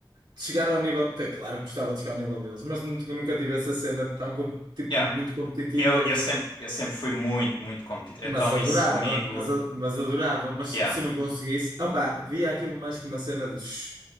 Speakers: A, on the right; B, on the left.
A: de chegar ao nível. tá, Claro que gostava de chegar ao nível deles, mas nun- nunca tive essa cena tão com- tipo,
B: yeah,
A: muito competitiva
B: eu, eu sempre, eu sempre fui muito, muito competitivo,
A: mas
B: então
A: adorava,
B: isso comigo,
A: mas, a- mas adorava, mas se
B: yeah.
A: se não conseguisse, opá, via aquilo mais que uma cena de "Shh,